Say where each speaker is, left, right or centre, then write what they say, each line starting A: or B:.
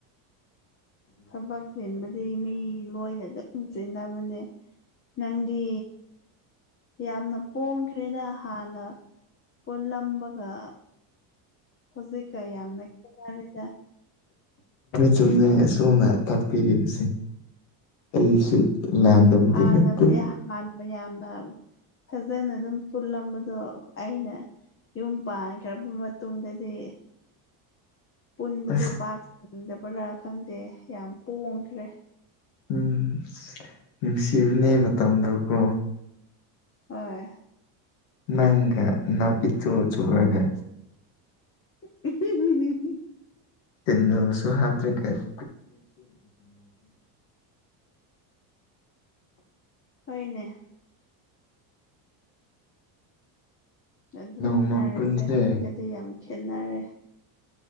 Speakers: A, on the left; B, on the left.
A: ꯊꯕꯛ ꯆꯦꯟꯕꯗꯤ ꯃꯤ ꯂꯣꯏꯅꯗ ꯆ ꯆꯦꯟꯅꯅꯕꯅꯦ ꯅꯪꯗꯤ ꯌꯥꯝꯅ ꯄꯣꯡꯈ꯭ꯔꯦꯗ ꯍꯥꯟꯅ ꯄꯨꯜꯂꯝꯕꯒ ꯍꯧꯖꯤꯛꯀ ꯌꯥꯝꯅ ꯈꯦꯅꯔꯦꯗ
B: ꯆꯨꯝꯅ ꯁꯣꯝꯅ ꯇꯥꯛꯄꯤꯔꯤꯕꯁꯦ ꯑꯩꯁꯨ ꯂꯥꯟꯗꯕꯗꯤ
A: ꯍꯥꯟꯅ
B: ꯂꯩꯇꯦ
A: ꯍꯥꯟꯕ ꯌꯥꯝꯅ ꯐꯖꯅ ꯑꯗꯨꯝ ꯄꯨꯜꯂꯝꯕꯗꯣ ꯑꯩꯅ ꯌꯨꯝ ꯄꯥꯟꯈ꯭ꯔꯕ ꯃꯇꯨꯡꯗꯗꯤ
B: <inaudible>
A: ꯄꯨꯟꯕꯗꯣ
B: ꯑꯁ
A: ꯄꯥꯛ ꯆꯪꯗꯕ꯭ꯔꯥ ꯈꯪꯗꯦ ꯌꯥꯝ ꯄꯣꯡꯈ꯭ꯔꯦ
B: ꯎꯝ ꯅꯨꯡꯁꯤꯕꯅꯦ ꯃꯇꯝꯗꯀꯣ
A: ꯍꯣꯏ
B: ꯅꯪꯒ ꯅꯥꯞ ꯏꯆꯣ ꯆꯣꯔꯒꯥ
A: <unintelligible>
B: ꯆ ꯁꯨꯍꯇ ꯀ <inaudible>
A: ꯍꯣꯏꯅꯦ ꯑꯗꯨꯅꯦ
B: ꯅꯣꯡꯃ
A: ꯍꯥꯏꯔꯤꯁꯦ
B: ꯄꯨꯟꯁꯦ
A: ꯍꯧꯖꯤꯛꯀꯗꯤ ꯌꯥꯝ ꯈꯦꯅꯔꯦ